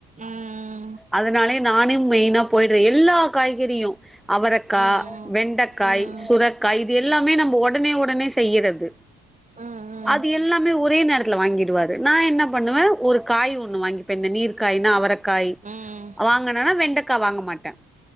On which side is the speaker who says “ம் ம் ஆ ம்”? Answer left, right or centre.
Right